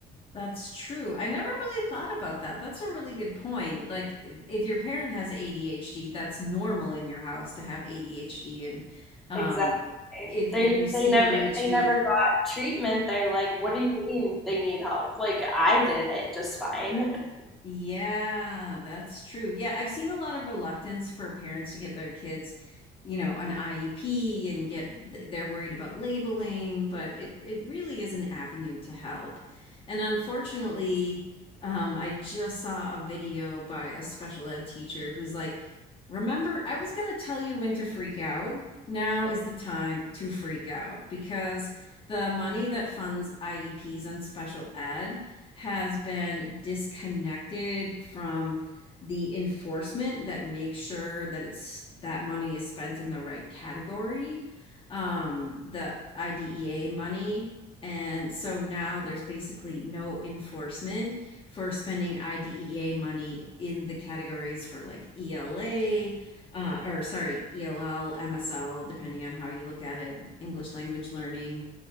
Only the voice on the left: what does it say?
That's true. I never really thought about that. That's a really good point. Like, if your parent has ADHD, that's normal in your house to have ADHD. And um,
if if
you see
ADHD
Yeah, that's true. Yeah, I've seen a lot of reluctance for parents to get their kids, you know, an IEP and get they're worried about labeling, but it it really is an avenue to help. And unfortunately, um, I just saw a video by a special ed teacher who's like, "Remember, I was going to tell you when to freak out. Now is the time to freak out because the money that funds IEPs and special ed has been disconnected from the enforcement that makes sure that it's that money is spent in the right category um the IDEA money and so now there's basically no enforcement for spending IDEA money in the categories for like ELA, uh, or sorry, ELL, MSL, depending on how you look at it, English language learning,